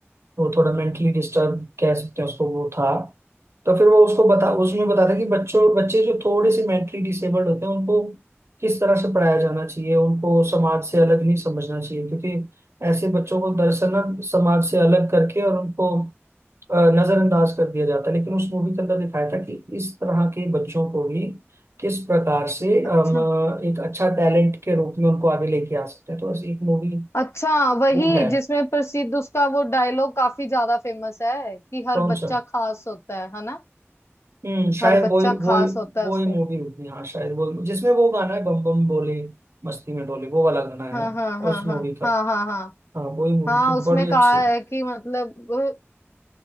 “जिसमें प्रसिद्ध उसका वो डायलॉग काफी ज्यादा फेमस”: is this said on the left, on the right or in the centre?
Left